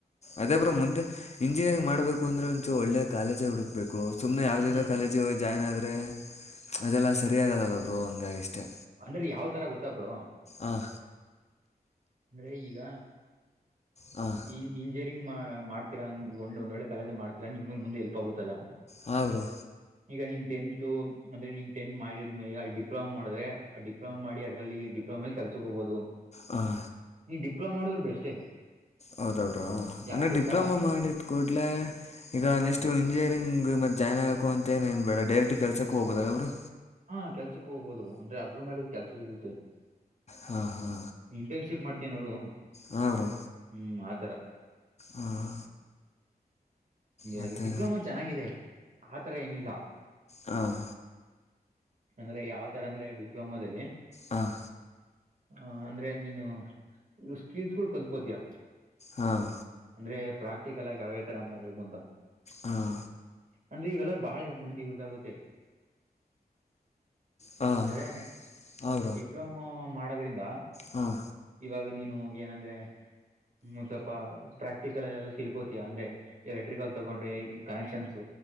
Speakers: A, on the left; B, on the right.
A: ಅದೇ ಬ್ರೋ ಮುಂದೆ ಇಂಜಿನಿಯರಿಂಗ್ ಮಾಡ್ಬೇಕು ಅಂದ್ರೆ ಒಂಚು ಒಳ್ಳೆ ಕಾಲೇಜ ಹುಡುಕ್. ಬೇಕು ಸುಮ್ಮನೆ ಯಾವವುದೋ
B: ಹ್ಮ್
A: ಕಾಲೇಜಿಗೆ ಜಾಯ್ನ್ ಆದ್ರರೆ ಅದೆಲ್ಲ ಸರಿ ಆಗಲ್ಲಲ್ಲ ಬ್ರೋ ಹಂಗಾಗಿಷ್ಟೇ.
B: ಅಂದ್ರೆ ಯಾವ್ ತರ ಗೊತ್ತ ಬ್ರೋ
A: ಅಂ.
B: ಏಯ್ ಈಗ
A: ಹಾಂ
B: ಈ. ಇಂಜಿನಿಯರಿಂಗ್ ಮಾಡ್ತಿರ ಅನ್ಕೊಂಡು ಒಂದು ಒಳ್ಳೆ ಕಾಲೇಜ್ ಮಾಡ್ತತಿರಾ ನಿಮ್ಗೆ ಮುಂದೆ ಹೆಲ್ಪ್ ಆಗುತ್ತಲ್ಲ.
A: ಹಾಂ ಬ್ರೋ
B: <inaudible> ಈಗ ನಿನ್ ಟೆಂತ್ತ್ತು ಅಂದ್ರೆ ಟೆಂತ್ ಮಾಡಿದ ಈಗ ಡಿಪ್ಲೊಮಾ ಮಾಡಿದ್ರೆ ಡಿಪ್ಲೊಮಾ ಮಾಡಿ ಅದ್ರಲ್ಲಿ. ಸೊ ಆಮೇಲೆ ಕೆಲ್ಸಕ್ಕೆ ಹೋಗಬಹುದು.
A: ಹಾಂ
B: ನೀ ಡಿಪ್ಲಮಾ ಮಾಡಿದ್ರೆ ಬೆಸ್ಟೇ.
A: ಹೌದ ಬ್ರೋ
B: ಯಾಕ್
A: ಅಂದ್ರೆ
B: ಗೊತ್ತಾ
A: ಡಿಪ್ಲೊಮಾ ಮಾಡಿದ್ ಕೂಡ್ಲೆ. ಈಗ ನೆಕ್ಸ್ಟ್
B: ಹ್ಮ್.
A: ಇಂಜಿಯರಿಂಗ್ ಮತ್ ಜಾಯಿನ್ ಆಗಬೇಕು ಅಂತ ಏನ್ ಬೇಡ ಡೈರೆಕ್ಟ್ ಕೆಲ್ಸಕ್ಕೆ ಹೋಗೋುದಲ್ಲಾ ಬ್ರೋ.
B: ಹಾ ಕೆಲ್ಸಕ್ ಹೋಗ್ಬಹುದು ಅಂದ್ರೆ ಅದ್ರ ಮೇಲು ಕೆಲ್ಸ ಸಿಗುತ್ತೆ.
A: ಹಾಂ ಹಾ.
B: ನಿ ಇಂಟರ್ನ್ಶಿಪ್ ಮಾಡ್ತೇ ನೋಡು.
A: ಹಾಂ ಬ್ರೋ
B: ಹ್ಮ್ ಆತರ.
A: ಹಾಂ ಮತ್ತೆ
B: ಅದು ಡಿಪ್ಲೊಮೋ ಚೆನ್ನಾಗಿದೆ ಆತರ ಏನಿಲ್ಲ.
A: ಹಾಂ
B: ಅಂದ್ರೆ ಯಾವ್ ತರ ಅಂದ್ರೆ ಡಿಪ್ಲೋಮದಲ್ಲಿ.
A: ಹಾಂ.
B: ಹಾಂ ಅಂದ್ರೆ ನೀನು ಸ್ಕಿಲ್ಸ್ ಗಳು ಕಲ್ಕೋತಿಯ.
A: ಹಾಂ
B: ಅಂದ್ರೆ ಪ್ರಾಕ್ಟಿಕಲ್ ಆಗಿ ಯಾವಾವ ತರ ಮಾಡ್ಬೇಕು ಅಂತ.
A: ಹಾಂ.
B: ಅಂದ್ರೆ ಇವೆಲ್ಲಾ ಬಾಳ ಮುಂದೆ ಯೂಸ್ ಆಗುತ್ತೆ.
A: ಹಾಂ
B: ಅಂದ್ರೆ
A: ಹಾಂ
B: ಡಿಪ್ಲೊಮಾ ಮಾಡೋದ್ರಿಂದ.
A: ಹಾಂ.
B: ಇವಾಗ ನೀನು ಏನಂದ್ರೆ ಮುಸಪ. ಪ್ರಾಕ್ಟಿಕಲ್ಲ್ಲ ಎಲ್ಲ ತಿಳ್ಕೋತಯಾ ಅಂದ್ರೆ ಎಲೆಕ್ಟ್ರಿಕಲ್ ತಗೊಂಡ್ರೆ ಈ ಕನೆಕ್ಷನ್ಸ್.